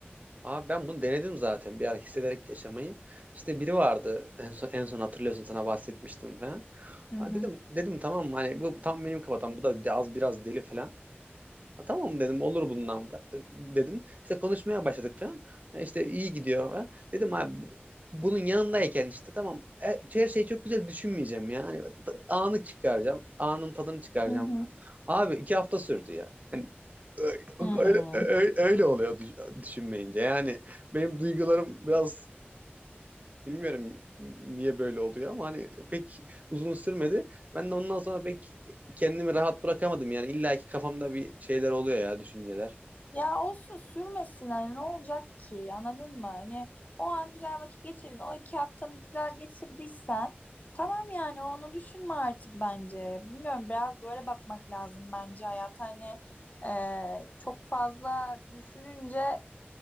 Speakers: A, on the right (about 40°); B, on the left (about 40°).
A: Abi ben bunu denedim zaten bir ara hissederek yaşamayı. İşte biri vardı en son, en son hatırlıyorsun sana bahsetmiştim falan.
B: Hı
A: Ha,
B: hı.
A: dedim dedim tamam mı? hani bu tam benim kafadan bu da az biraz deli falan. Ha, tamam dedim olur bundan dedin. İşte konuşmaya başladık falan. E, İşte iyi gidiyor falan. Dedim abi bu- bunun yanındayken işte tamam e, her şeyi çok güzel düşünmeyeceğim ya. Hani t- anı çıkaracağım. Anın tadını çıkaracağım
B: Hı hı.
A: falan. Abi iki hafta sürdü ya. Hani
B: Hmm.
A: ö- öyle, ö- öyle oluyor düş- düşünmeyince. Yani benim duygularım biraz Bilmiyorum niye böyle oluyor ama hani pek uzun sürmedi. Ben de ondan sonra pek kendimi rahat bırakamadım. Yani illa ki kafamda bir şeyler oluyor ya düşünceler.
B: Ya olsun sürmesin hani ne olacak ki anladın mı? Hani o an güzel vakit geçirin. O iki haftanı güzel geçirdiysen tamam yani onu düşünme artık bence. Bilmiyorum biraz böyle bakmak lazım bence hayat hani e, çok fazla düşününce